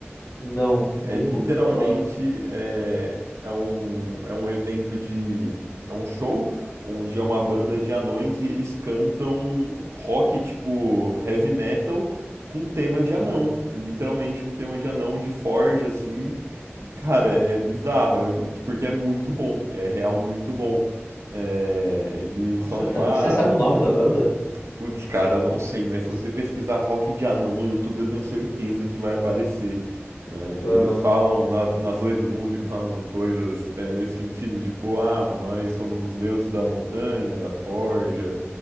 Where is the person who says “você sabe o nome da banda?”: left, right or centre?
Left